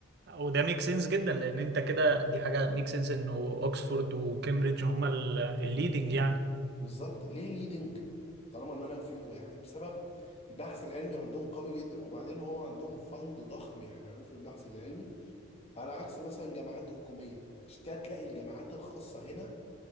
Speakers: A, on the right; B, on the left.
A: وده ميك سنس جدا لان انت كده دي حاجة ميك سنس انه اوكسفورد وكامبريدج هما الليدنج يعني
B: بالظبط ليه ليدنج طالما المنهج فيهم واحد بسبب البحث العلمي عندهم قوي جدا وبعدين هو عندهم فند ضخم يحرقوه في البحث العلمي على عكس مثلا جامعات حكومية مش كده تلاقي الجامعات الخاصة هنا